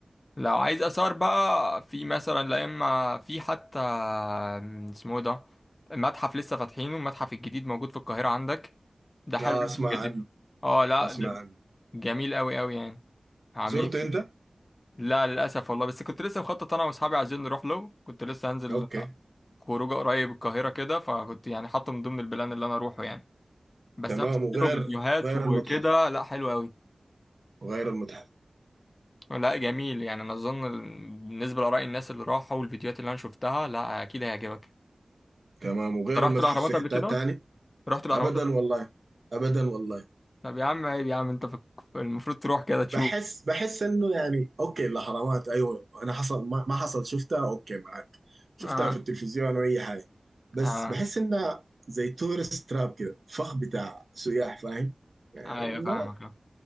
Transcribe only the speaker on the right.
اه
اسمع
عنه
اسمع
عنه
زرته انت؟
اوكي
تمام
وغير
غير
المتحف
وغير المتحف
تمام وغير
المتحف
في حتات
تاني
ابدا
والله ابدا والله
بحس بحس انه يعني اوكي الاهرامات ايوه انا حصل ما, ما حصل شفتها اوكي معك شفتها
في التلفزيون واي حاجه بس
بحس انها زي تورست تراب كده فخ بتاع سياح فاهم يعني
ما